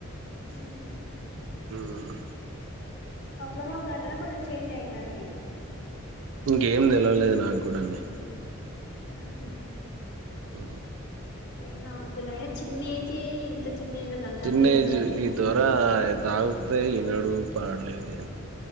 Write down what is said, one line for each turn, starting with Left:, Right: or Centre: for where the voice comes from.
Left: ఉహా
Right: ఉహు
Left: అట్లోనే ఉన్నాంటనే కొంచెం చేంజ్ అయిందని
Right: ఇంకేం తెలవలేదు నాకు కూడా అవి
Left: ఉహు
Right: ఆ
Left: ఎంగా అవుదుల చిన్న ఏజ్ ఇంత చిన్న ఏజ్ లో గంత
Right: చిన్న
Left: అంటే ఎంత
Right: ఏజ్
Left: అర్జెంట్
Right: ఈ ద్వర అదగుతే ఈ నడుగు పడలేది